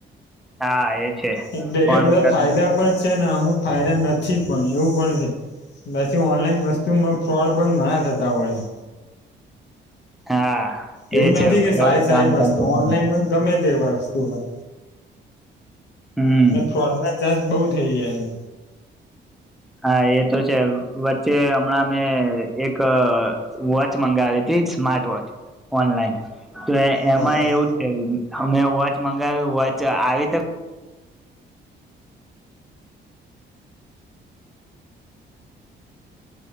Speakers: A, in the centre; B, on the left.
A: હા એ છે
B: એ પે
A: ફોન
B: બધા
A: ઉપર
B: ફાયદા
A: જ.
B: પણ છે, ને અમુક ફાયદા નથી પણ એવું પણ છે, પછી ઓનલાઈન વસ્તુમાં ફ્રોડ પણ ઘણા થતા હોય છે,
A: હા
B: એવું
A: એ છે
B: નથી કે
A: ફ્રોડ
B: સારી
A: કામ
B: સારી મસ્તુ
A: કરશે
B: ઓનલાઈન પણ ગમે તે બસ શુંઆ
A: હમ
B: અને ફોન ચાસ બહુ થઈ જ છે,
A: હા એ તો છે વચ્ચે હમણાં મેં એક વોચ મંગાવી હતી, સ્માર્ટ વોચ ઓનલાઈન તો એમાં
B: બરાબર
A: એવું છે, અમે વોચ મંગાવી વોચ આવી તો